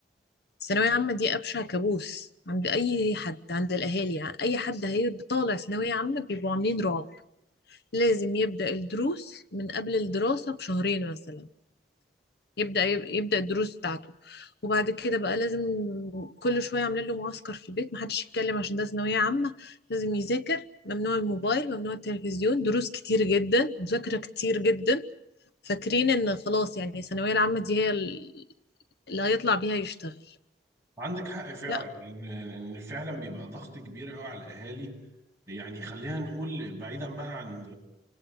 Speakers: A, on the left (about 65°); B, on the right (about 15°).
A: الثانوية عامة دي أبشع كابوس عند أي حد عند الأهالي يعني أي حد هيبقى طالع ثانوية عامة بيبقوا عاملين رعب لازم يبدأ الدروس من قبل الدراسة بشهرين مثلا يبدأ يبدأ الدروس بتاعته وبعد كده بقى لازم كل شوية عاملين له معسكر في البيت محدش يتكلم عشان ده ثانوية عامة لازم يذاكر ممنوع الموبايل ممنوع التلفزيون دروس كتير جدا مذاكرة كتير جدا فاكرين ان خلاص يعني الثانوية العامة دي هي ال- اللي هيطلع بيها يشتغل
B: عندك حق فعلا
A: لا
B: ان إن فعلا بيبقى ضغط كبير قوي على الاهالي يعني خلينا نقول بعيدا بقى عن